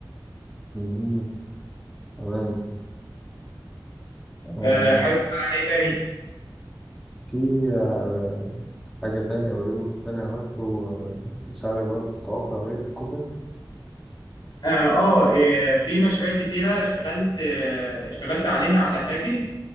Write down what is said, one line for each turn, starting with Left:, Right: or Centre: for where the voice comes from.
Centre: مهم. تمام آه،
Left: آه، حابب تسأل عن ايه تاني؟
Centre: في آه، حاجة تانية أو ريبورت تاني عملته آه، يساعدك برضه في التوقع غير الكوفيد
Left: اه آه، إيه، في مشاريع كتيرة اشتغلت آه، اشتغلت عليها على كاجل